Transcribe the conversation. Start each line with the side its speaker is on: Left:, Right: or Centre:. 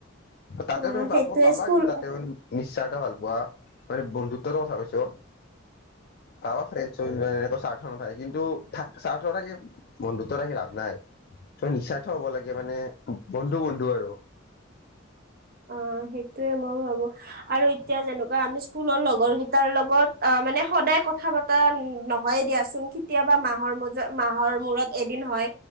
Left: তাতেও
Right: অ',
Left: তুমি
Right: সেইটোৱে
Left: পাব পাবা
Right: স্কুল
Left: কিন্তু তাতেও নিশ্চয় এটা ভাল পোৱা। মানে বন্ধুত্বৰ কথা কৈছো অ' আ ফ্ৰেইণ্ডচ <unintelligible> কিন্তু থ চাৰ্থ থাকে বন্ধুত্ব ৰাখি লাভ নাই। ত' নিস্বাৰ্থ হব লাগে মানে বন্ধু বন্ধু আৰু।
Right: অ' সেইটোয়ে মই ভাবো আৰু এতিয়া যেনেকুৱা আমি স্কুলৰ লগৰ কিটাৰ লগত অ, মানে সদায় কথা পতা নহয়ে দিয়াচোন কেতিয়াবা মাহৰ ম মাহৰ মূৰত এদিন হয়